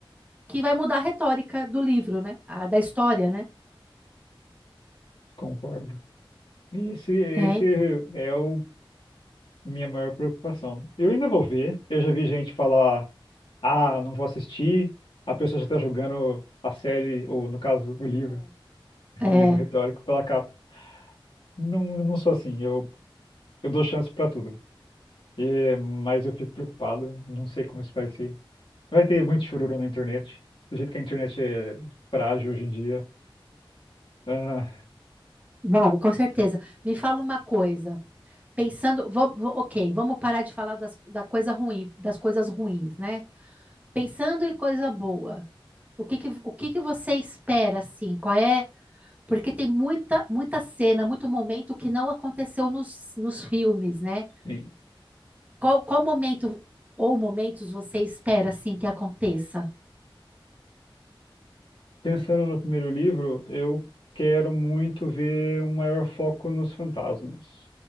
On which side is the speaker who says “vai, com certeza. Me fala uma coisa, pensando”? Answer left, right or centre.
Right